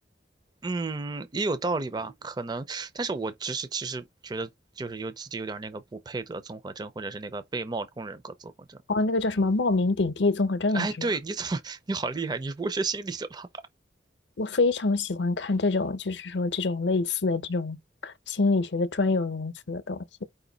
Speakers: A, on the right (about 20°); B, on the left (about 65°).
A: 嗯，也有道理吧，可能，但是我只是其实觉得就是有自己有点那个不配得综合症，或者是那个被冒充人格综合症。
B: 哦，那个叫什么冒名顶替综合症是吧？
A: 哎，对，你怎么，<laughs> 你好厉害，你不会是心理的吧？
B: 我非常喜欢看这种，就是说这种类似的这种心理学的专有名词的东西。